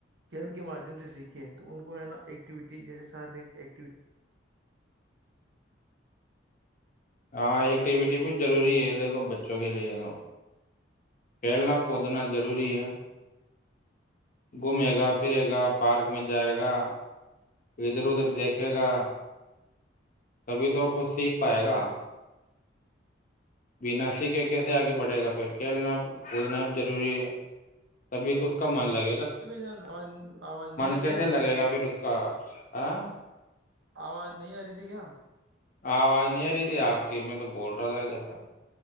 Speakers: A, on the right; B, on the left.
A: کھیل کے مادھیم سے سیکھے تو ان کو ہے نا ایکٹیویٹی جیسے شارییرک ایکٹیو
B: ہاں ایکٹیویٹی بھی ضروری ہے دیکھو بچوں کے لیے تو کھیلنا کودنا ضروری ہے گھومے گا پھرے گا پارک میں جائے گا ادھر ادھر دیکھے گا تبھی تو کچھ سیکھ پائے گا بنا سیکھے کیسے آگے بڑھے گا پھر کھیلنا کودنا ضروری ہے تبھی تو اس کا من لگےا
A: بھ جان آاز آواز نہیں آ رہی
B: کیسے
A: کیا
B: لگے گا پھر اس کا آ <inaudible>
A: آواز نہیں آ رہی تھی کیا
B: آواز نہیں آ رہی تھی آپ کی میں تو بول رہا تھا ادھر کا